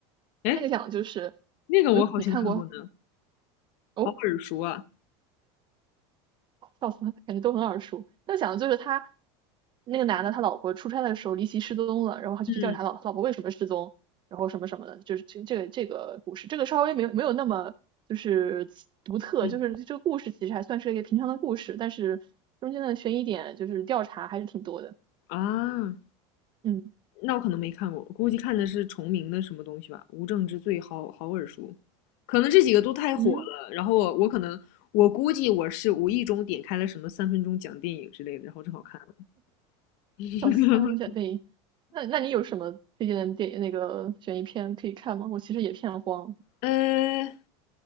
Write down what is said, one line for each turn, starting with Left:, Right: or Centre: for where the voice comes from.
Left: 哎，
Right: 那个讲的就是，
Left: 那个我好像看过呢，
Right: 嗯，你看过？哦，
Left: 好耳熟啊。
Right: 笑死了，感觉都很耳熟。那讲的就是他那个男的，他老婆出差的时候离奇失踪了，然后他就去调查老老婆为什么失踪，
Left: 嗯
Right: 然后什么什么的，就是这这个这个故事，这个稍微没有没有那么就是独特，
Left: 嗯，
Right: 就是这个故事其实还算是一个平常的故事，但是中间的悬疑点就是调查还是挺多的。
Left: 啊，
Right: 嗯
Left: 那我可能没看过，我估计看的是重名的什么东西吧，《无证之罪》好好耳熟。可能这几个都太火了，
Right: 嗯，
Left: 然后我我可能我估计我是无意中点开了什么三分钟讲电影之类的，然后正好看了。<laughs>
Right: 笑死，三龙姐妹，那那你有什么推荐的电那个悬疑片可以看吗？我其实也片荒
Left: 呃，